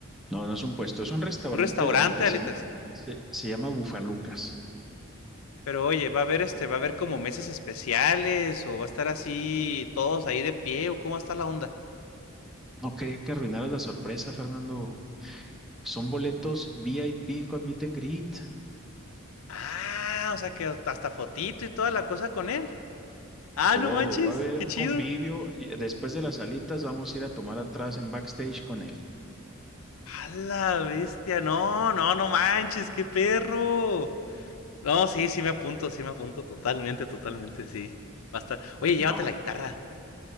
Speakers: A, in the centre; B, on the left.
A: no, no es un puesto, es un restaurante
B: Un restaurante
A: de alitas,
B: de alitas.
A: se llama, se, se llama Bufalucas.
B: Pero oye, va a haber este, va a haber como mesas especiales o va a estar así todos ahí de pie o cómo va a estar la onda.
A: No quería que arruinaras la sorpresa, Fernando. Son boletos VIP con meet and greet.
B: Ah, o sea que hasta hasta fotito y toda la cosa con él. Ah,
A: Todo,
B: no manches,
A: va a haber
B: qué
A: un
B: chido.
A: convivio. y Después de las alitas vamos a ir a tomar atrás en backstage con él.
B: A la bestia, no, no, no manches, qué perro. No, sí, sí me apunto, sí me apunto, totalmente, totalmente, sí. Va a estar. Oye, llévate
A: No,
B: la guitarra.